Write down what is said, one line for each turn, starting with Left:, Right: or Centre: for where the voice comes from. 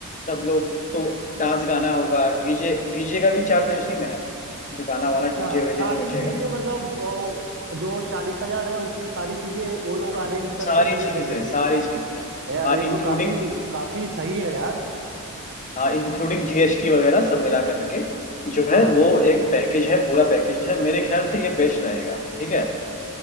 Left: सब लोग तो डांस गाना होगा डीजे डीजे का भी चार्ज उसी में है जो गाना वाना
Right: अच्छा
Left: डीजे वीजे
Right: सारी
Left: जो बचेगा
Right: चीजें मतलब वो, जो चालीस हजार है उसमें सारी चीजें वो लोग
Left: हाँ,
Right: अरेंज करके
Left: सारी
Right: मुझे
Left: चीज
Right: दे देंगे
Left: है सारी चीज है
Right: यार
Left: हाँ
Right: ये तो
Left: इंक्लूडिंग
Right: काफी काफी सही है यार
Left: हाँ इंक्लूडिंग जीएसटी वगैरह सब मिला करके जो है
Right: हाँ
Left: वो एक पैकेज है पूरा पैकेज है मेरे ख्याल से ये बेस्ट रहेगा ठीक है